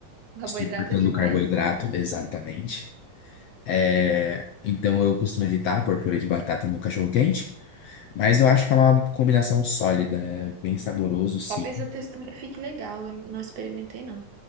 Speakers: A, on the right (about 65°); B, on the left (about 70°).
A: <laughs> Carboidrato
B: estou cortando
A: demais.
B: carboidrato, exatamente. É, então eu costumo evitar pôr purê de batata no cachorro-quente, mas eu acho que é uma combinação sólida, é bem saboroso, sim.
A: Talvez a textura fique legal, eu não experimentei não.